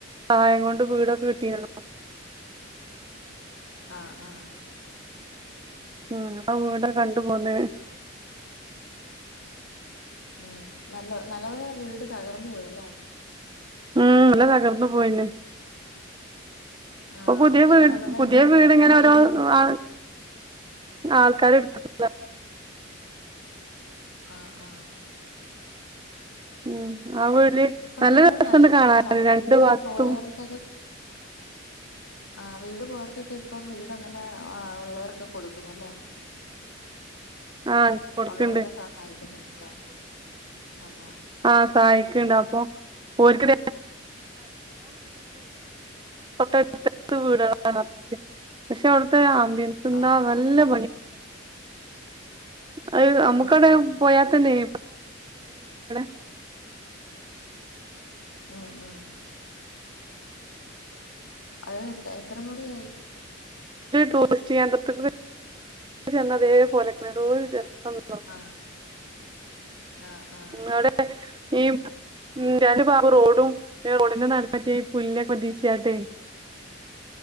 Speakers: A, on the right; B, on the left.
A: സഹായം കൊണ്ട് വീടൊക്കെ കിട്ടിണല്ലൊ.
B: ആഹ് ആഹ്
A: ഉം അപ്പൊ വീടൊക്കെ കണ്ട്പോന്നേ
B: ഉം നല്ല നല്ല പോല വീട് തകർന്നു പോയല്ലേ
A: ഉം നല്ല തകർന്നു പോയ്ണ്
B: ആഹ്
A: ഇപ്പൊ പുതിയ
B: പിന്നെ
A: വീട്
B: അവരുടെ
A: പുതിയ
B: പിന്നെ
A: വീട്ങ്ങനൊരൊ
B: പുതിയ വീ
A: ആഹ് ആൾക്കാര് എടുത്തിട്ട
B: ആഹ് ആഹ്
A: ഉം ആഹ് വീട്ടില്
B: ഇപ്പൊ അങ്ങനെ
A: നല്ല രസണ്ട്
B: നശിച്ചു.
A: കാണാന്
B: ചവറ്
A: രണ്ടു
B: വീട്
A: ഭാഗത്തും
B: പോയോർക്കൊക്കെ. ആ വീട് പോവർക്കൊക്കെ ഇപ്പം വീട് അങ്ങനെ ഉള്ളവരൊക്കെ കൊടുക്കുന്നു. അല്ലേ?
A: ആ കൊടുക്ക്ണ്ട്
B: ഉള്ളവരൊക്കെ സഹായിക്കുന്നുണ്ടല്ലേ? ആഹ്
A: ആഹ്, സഹായിക്ണ്ട് അപ്പൊ. <inaudible> അട്ത്ത് അടുത്ത് വിടുകളാ പക്ഷെ ഓൽക്കൊരു ആബ്യൻ തിന്നാൻ
B: ആഹ് ആഹ്
A: നല്ല അഹ് നമുക്കൊക്കെ
B: ഉം ഉം
A: പോയാതന്നെ <unintelligible>
B: ഉം. ഉം. അത് എ എത്ര മുറിയായി?
A: ടൂറിസ്റ്റ് കേന്ദ്രതിന്ന്. ചെന്നതേപോലെ ക്ണെ. എന്തോരുരസംന്നോ.
B: ആഹ്, ആഹ് ആഹ്
A: അവിടെ ഈ നാല് ഭാഗം റോഡും റോസിൻ്റെ നടക്ക് പുല്ലൊകൊതിച്ചാട്ടെ.